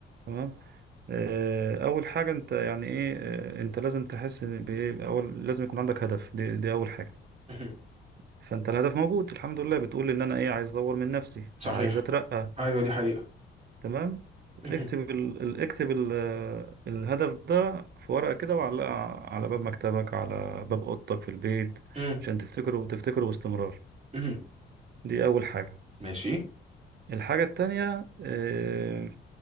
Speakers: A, on the right; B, on the right.
A: تمام آه، اول حاجة انت يعني ايه آه، انت لازم تحس إن بإيه؟ اول لازم يكون عندك هدف دي, دي اول حاجة
B: <laughs>
A: فانت الهدف موجود الحمد لله بتقول ان انا ايه عايز اطور من نفسي
B: صحيح
A: عايز اترقى
B: ايوه دي حقيقة
A: تمام
B: مهم.
A: اكتب ال... ال- اكتب ال... آه، الهدف ده في ورقة كده وعلقه على باب مكتبك على باب اوضتك في البيت
B: مهم.
A: عشان تفتكره وتفتكره باستمرار
B: مهم.
A: دي اول حاجة
B: ماشي
A: الحاجة التانية آه،